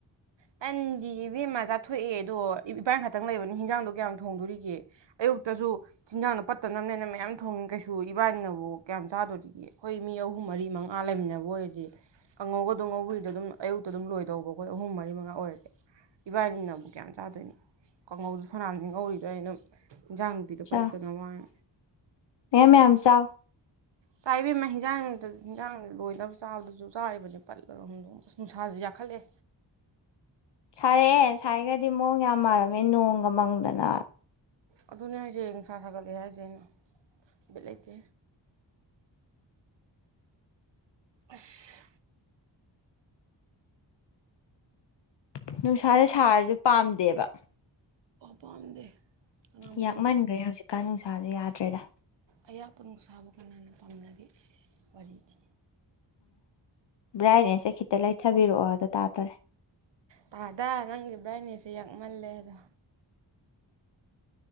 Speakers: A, on the right (about 65°); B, on the left (about 65°).
A: ꯇꯟꯗꯤ ꯕꯦꯝꯃ ꯆꯥꯊꯣꯛꯑꯦ ꯑꯗꯣ ꯏꯕꯥꯏꯟ ꯈꯛꯇꯪ ꯂꯩꯕꯅꯤ ꯍꯤꯟꯖꯥꯡꯗꯣ ꯀꯌꯥꯝ ꯊꯣꯡꯗꯣꯔꯤꯒꯦ ꯑꯌꯨꯛꯇꯁꯨ ꯏꯟꯖꯥꯡꯗꯣ ꯄꯠꯇꯅꯕꯅꯦꯅ ꯃꯌꯥꯝ ꯊꯣꯡꯉꯦ ꯀꯩꯁꯨ ꯏꯕꯥꯅꯤꯅꯕꯨ ꯀꯌꯥꯝ ꯆꯥꯗꯣꯔꯤꯒꯦ ꯑꯩꯈꯣꯏ ꯃꯤ ꯑꯍꯨꯝ ꯃꯔꯤ ꯃꯉꯥ ꯂꯩꯃꯤꯟꯅꯕ ꯑꯣꯏꯔꯗꯤ ꯀꯥꯡꯉꯧꯒꯗꯣ ꯉꯧꯕꯗ ꯑꯗꯨꯝ ꯑꯌꯨꯛꯇ ꯑꯗꯨꯝ ꯂꯣꯏꯗꯧꯕ ꯑꯩꯈꯣꯏ ꯑꯍꯨꯝ ꯃꯔꯤ ꯃꯉꯥ ꯏꯕꯥꯏꯅꯤꯅꯕꯨ ꯀꯌꯥꯝ ꯆꯥꯗꯣꯏꯅꯣ ꯀꯥꯡꯍꯧꯁꯨ ꯐꯅꯌꯥꯝꯅꯦ ꯉꯧꯔꯤꯗꯣ ꯑꯩꯅ ꯏꯟꯖꯥꯡ ꯅꯨꯄꯤꯗꯣ
B: ꯆꯥꯎ
A: ꯄꯠꯇꯅꯕ ꯋꯥꯅ
B: ꯃꯌꯥꯝ ꯃꯌꯥꯝ ꯆꯥꯎ
A: ꯆꯥꯏ ꯏꯕꯦꯃ ꯍꯤꯟꯖꯥꯡꯗ ꯍꯤꯟꯖꯥꯡ ꯂꯣꯏꯅꯕ ꯆꯥꯕꯗꯁꯨ ꯆꯥꯔꯤꯕꯅꯤ ꯄꯠꯂ <unintelligible> ꯑꯁ ꯅꯨꯡꯁꯥꯁꯨ ꯌꯥꯛꯈꯠꯂꯛꯑꯦ
B: ꯁꯥꯔꯛꯑꯦ ꯉꯥꯁꯥꯏꯒꯗꯤ ꯃꯑꯣꯡ ꯌꯥꯝ ꯃꯥꯜꯂꯝꯃꯦ ꯅꯣꯡꯒ ꯃꯪꯗꯅ
A: ꯑꯗꯨꯅꯦ ꯍꯥꯏꯁꯦ ꯅꯨꯡꯁꯥ ꯁꯥꯒꯠꯂꯛꯑꯦ ꯍꯥꯏꯁꯦ ꯑꯩꯅ ꯕꯤꯠ ꯂꯩꯇꯦ ꯑꯁ
B: <inaudible> ꯅꯨꯡꯁꯥꯥꯁꯦ ꯁꯥꯔꯁꯨ ꯄꯥꯝꯗꯦꯕ
A: ꯄꯥꯝꯗꯦ ꯀꯅꯥꯝ ꯄꯥꯝꯒꯦ
B: ꯌꯥꯛꯃꯟꯈ꯭ꯔꯦ ꯍꯧꯖꯤꯛꯀꯥꯟ ꯅꯨꯡꯁꯥꯥꯁꯦ ꯌꯥꯗꯦ ꯇ꯭ꯔꯦꯗ
A: ꯑꯌꯥꯛꯄ ꯅꯨꯡꯁꯥꯕꯨ ꯀꯅꯥꯅ ꯄꯥꯝꯅꯒꯦ ꯏꯁ ꯏꯁ ꯋꯥꯔꯤꯗꯤ
B: ꯕ꯭ꯔꯥꯏꯠꯅꯦꯁꯁꯦ ꯈꯤꯇ ꯂꯩꯊꯕꯤꯔꯛꯑꯣ ꯍꯥꯏꯗꯣ ꯇꯥꯗꯣꯔꯦ
A: ꯇꯥꯗ ꯅꯪꯒꯤ ꯕ꯭ꯔꯥꯏꯠꯅꯦꯁꯁꯦ ꯌꯥꯛꯃꯜꯂꯦ ꯑꯗꯣ